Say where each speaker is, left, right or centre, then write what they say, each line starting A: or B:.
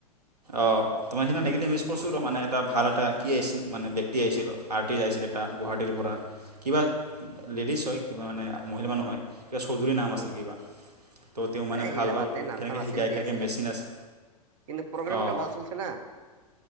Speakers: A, on the right; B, on the right.
A: অ'। তোমাৰ সেইদিনা থাকিলে মিছ কৰিছোঁ ৰ' মানে এটা ভাল এটা কি আহিছিল, মানে ব্যক্তি আহিছিল আৰ্টিষ্ট আহিছিল এটা গুৱাহাটীৰ পৰা। কিবা লেডিছ হয়, কিবা মানে মহিলা মানুহ হয়। কিবা চৌধুৰী নাম আছিল
B: অ
A: কিবা, ত‌' তেওঁ মানে
B: এ
A: ভাল
B: হিলা
A: ভাল
B: বাদ দে নাম
A: কেনেকৈ
B: চাম আছিল
A: শিকায়
B: যি
A: কেনেকৈ
B: আছিল
A: মেচিন
B: আছিল
A: আছে।
B: কিন্তু প্ৰগ্ৰাম
A: অঁ
B: এটা ভাল চলছে না?